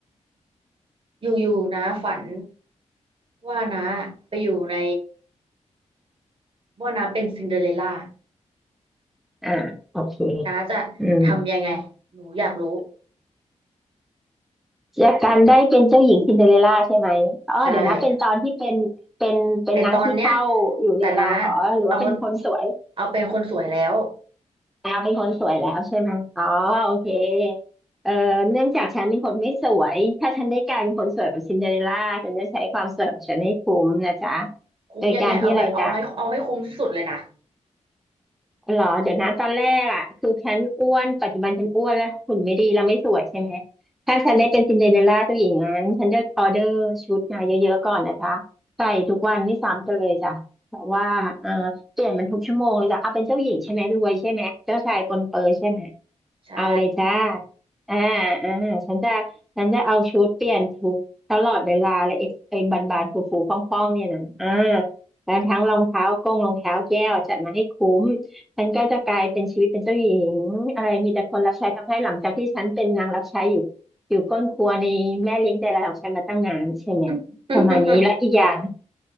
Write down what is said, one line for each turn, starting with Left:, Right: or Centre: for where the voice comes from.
Right: อยู่ๆน้าฝันว่าน้าไปอยู่ในว่าน้าเป็นซินเดอเรลล่า
Centre: อ่าโอเค
Right: น้าจะทำยังไงหนูอยากรู้
Centre: อืมจากการได้เป็นเจ้าหญิงซินเดอเรลล่าใช่ไหมอ๋อเดี๋ยวนะเป็นตอนที่เป็นเป็นเป็นนางขี้เถ้าอยู่ในเตาอ๋อหรือว่าเป็นคนสวย
Right: ใช่ ไอตอนเนี้ยแต่นะเอาเอาเป็นคนสวยแล้ว
Centre: แล้วเป็นคนสวยแล้วใช่ไหมอ๋อโอเคเอ่อเนื่องจากฉันเป็นคนไม่สวยถ้าฉันได้กลายเป็นคนสวยแบบซินเดอเรลล่าฉันจะใช้ความสวยของฉันให้คุ้มนะจ๊ะ
Right: คุ้มยังไงเอาแบบเอาให้เอาให้คุ้มที่สุดเลยนะ
Centre: โดยการที่อะไรจ๊ะหรอเดี๋ยวนะตอนแรกอ่ะคือฉันอ้วนปัจจุบันฉันอ้วนแล้วหุ่นไม่ดีแล้วไม่สวยใช่ไหมถ้าฉันได้เป็นซินเดอเรลล่าตัวหญิงนั้นฉันจะออเดอร์ชุดมาเยอะๆก่อนนะจ๊ะใส่ทุกวันไม่ซ้ำกันเลยจ้ะแต่ว่าเอ่อเปลี่ยนมันทุกชั่วโมงเลยจ้ะเอาเป็นเจ้าหญิงใช่ไหมรวยใช่ไหมเจ้าชายปนเปอใช่ไหม
Right: ใช่
Centre: เอาเลยจ้าอ่าอ่าฉันจะฉันจะเอาชุดเปลี่ยนทุกตลอดเวลาเลยไอ้ไอ้บานบานฟูฟูฟ่องฟ่องๆเนี่ยนะอ่าแล้วทั้งรองเท้ากงรองเท้าแก้วจัดมาให้คุ้ม ฉันก็จะกลายเป็นชีวิตเป็นเจ้าหญิงอะไรมีแต่คนรับใช้ทำให้หลังจากที่ฉันเป็นนางรับใช้อยู่อยู่ก้นครัวในแม่เลี้ยงใจร้ายของฉันมาตั้งนานใช่ไหม
Right: <laughs>
Centre: ประมาณนี้และอีกอย่าง